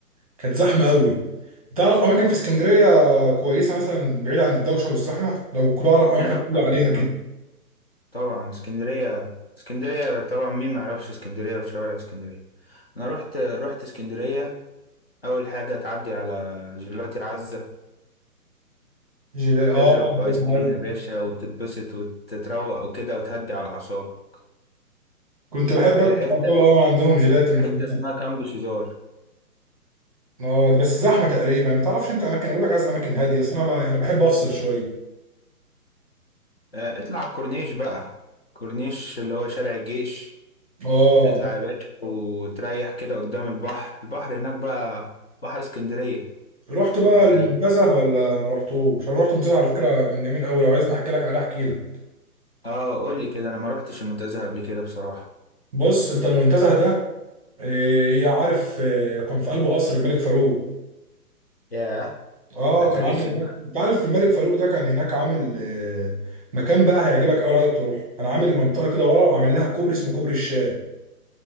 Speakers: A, on the right; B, on the left.
A: كانت زحمه قوي تعرف اماكن في اسكندريه كويسه مثلا بعيد عن الدوشه والزحمه لو كنت اعرف اماكن
B: نعم
A: تقول لي
B: يا
A: عليها كده
B: عم طبعا اسكندرية اسكندرية طبعا مين ما يعرفش اسكندرية وشوارع اسكندرية انا رحت رحت اسكندرية اول حاجة تعدي على جيلاتي عزة
A: جيلاتي
B: تضرب
A: اه جيلاتي
B: ايس كريم
A: معز.
B: يا باشا وتتبسط وتتروق وكده وتهدي على اعصابك
A: كنت بحب
B: في
A: اكل
B: حتة
A: على طول. اه ما عندهم جيلاتي من
B: حتة
A: هناك
B: اسمها كامب شيزار
A: اه بس زحمه تقريبا ما تعرفش انت اماكن اقول لك عايز اماكن هاديه اصل انا بقى يعني بحب افصل شويه
B: آه، اطلع على الكورنيش بقى كورنيش اللي هو شارع الجيش
A: اه
B: تطلع يا باشا وتريح كده قدام البحر البحر هناك بقى بحر اسكندرية
A: رحت بقى
B: و...
A: المنتزه ولا ما رحتوش انا رحت المنتزه على فكره كان جميل قوي لو عايزني احكي لك عليه احكي لك
B: اه قول لي كده انا ما روحتش المنتزه قبل كده بصراحة
A: بص انت المنتزه ده إيه، يا عارف إيه، كان في قلب قصر الملك فاروق
B: ياه
A: اه
B: ده تاريخي
A: كان عامل هناك
B: بقى
A: انت عارف الملك فاروق ده كان هناك عامل إيه، مكان بقى هيعجبك قوي عايزك تروح كان عامل منطقه كده ورا وعامل لها كوبري اسمه كوبري الشاي